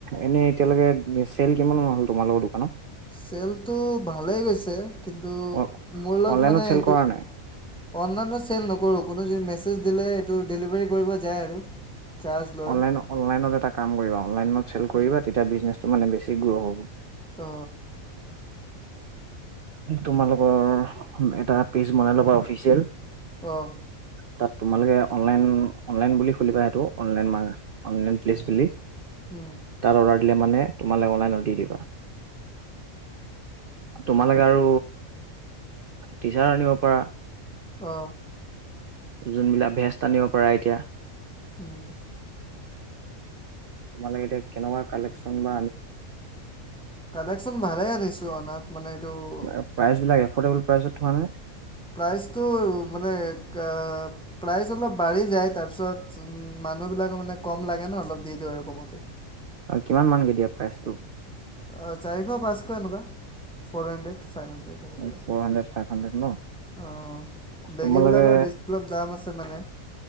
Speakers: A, on the right; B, in the centre.
A: এনেই এতিয়ালৈকে চল কিমান হ'ল তোমাল লগোকৰ দোকানত
B: চেলটো ভালেই গৈছে কিন্তু
A: অ
B: মোৰ লগত
A: অনলাইনত
B: মানে
A: চেল
B: এইটো
A: কৰা নাই?
B: অনলাইনত চেল নকৰো কোনো য ম জ দিলে এইটো ডেলিভাৰী কৰিব যায় আৰু চাৰ্জ লয়
A: লাইন অনলনত এটা কাম কৰিব অনলনতেল
B: অ',
A: কৰিব তে মানে বেছি গ্ৰ হ'ব
B: অ
A: তোমালোকৰ এটা পেজ বনাই ল'বা অফিচিয়েল
B: আহ
A: তাত তোমালোকে অনলাইন অনলাইন বুলি খলিবা সেইটো অনলাইন মা অনলাইন প্লেচ
B: উম,
A: বুলি
B: উম,
A: তাৰ অ <unintelligible> মানে তোমালে অনলাই নত দি দিবা তোমালোকে আৰু টিচাৰ্ট আনিব পাৰা
B: অ
A: যোনবিলাক ভেজ টানিব পাৰে এতিয়া
B: উম
A: তোমালাকে এতিয়া কেনেকুৱা কালেকশ্যন <unintelligible>
B: কালেকশ্যন ভালে আনিছো অনাত মানে এইটো
A: প্ৰাইচ বিলাক এফৰ্ডেবল প্ৰাইচত থোৱা নাই
B: প্ৰাইচটো মানে কা প্ৰাইচ অলপ বাঢ়ি যায় তাৰপিছত মানুহবিলাকে মানে কম লাগে ন অলপ দি দিওঁ আৰু কমতে
A: অ কিমান মানকে দিয়া প্ৰাইচটো
B: অ চাৰিশ পাঁচশ এনেকুৱা ফ'ৰ হাণ্ড্ৰেড ফাইভ হাণ্ড্ৰেড এনেকুৱাই
A: ফৰ হাড্ৰেড ফাইভ হাড্ৰেড ন
B: অঁ বেগীবিলাকৰ
A: তোমালোকে
B: বেছি অলপ দাম আছে মানে